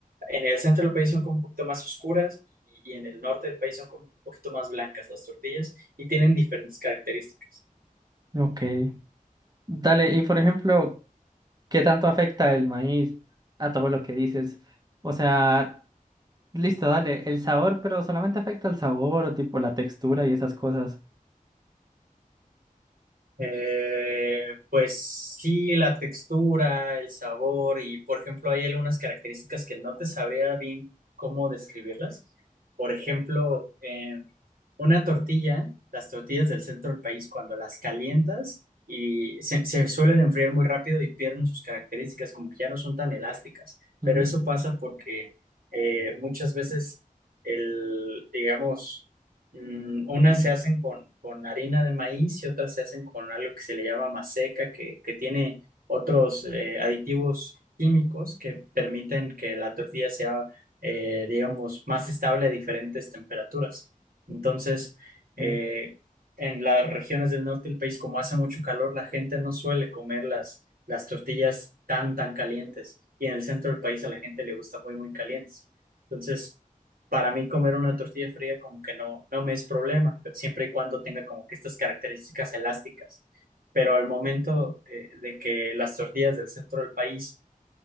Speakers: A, on the right; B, on the right.
A: en el centro del país son como un poquito más oscuras y, y en el norte del país son como un poquito más blancas las tortillas y tienen diferentes características.
B: Ok. Dale, y por ejemplo, ¿qué tanto afecta el maíz a todo lo que dices? O sea, listo, dale, el sabor, pero solamente afecta el sabor o tipo la textura y esas cosas.
A: Eh, pues sí, la textura, el sabor y, por ejemplo, hay algunas características que no te sabría bien cómo describirlas. Por ejemplo, eh, una tortilla, las tortillas del centro del país, cuando las calientas y se, se suelen enfriar muy rápido y pierden sus características, como que ya no son tan elásticas. Pero
B: Mm,
A: eso pasa porque eh, muchas veces el, digamos, Mm, unas se hacen con, con harina de maíz y otras se hacen con algo que se le llama maseca, que, que tiene otros eh, aditivos químicos que permiten que la tortilla sea, eh, digamos, más estable a diferentes temperaturas. Entonces, eh,
B: ok.
A: en las regiones del norte del país, como hace mucho calor, la gente no suele comer las, las tortillas tan, tan calientes. Y en el centro del país a la gente le gusta muy, muy calientes. Entonces, para mí comer una tortilla fría como que no, no me es problema, pero siempre y cuando tenga como que estas características elásticas. Pero al momento eh, de que las tortillas del centro del país